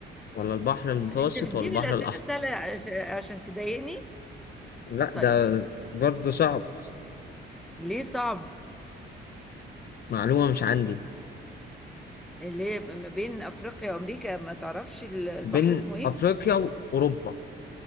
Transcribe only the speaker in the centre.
انت بتجيب
الاسئله
السهله عش- عشان تضايقني
طيب
ليه صعب
اللي هي ما بين افريقيا وامريكا ما تعرفش ال- البحر
اسمه ايه